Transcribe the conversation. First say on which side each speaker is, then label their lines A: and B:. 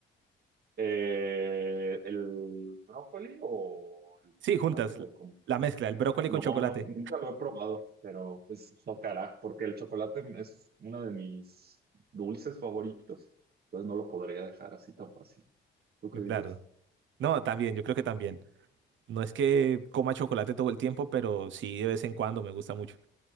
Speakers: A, on the right; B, on the right.
A: Eh, ¿el brócoli o el
B: Sí,
A: chocolate
B: juntas,
A: o cómo?
B: la mezcla, el brócoli
A: No,
B: con chocolate.
A: no, nunca lo he probado, pero pues tocará, porque el chocolate es uno de mis dulces favoritos, entonces no lo podría dejar así tan fácil. ¿Tú qué dices?
B: Claro. No, también, yo creo que también. No es que coma chocolate todo el tiempo, pero sí de vez en cuando me gusta mucho.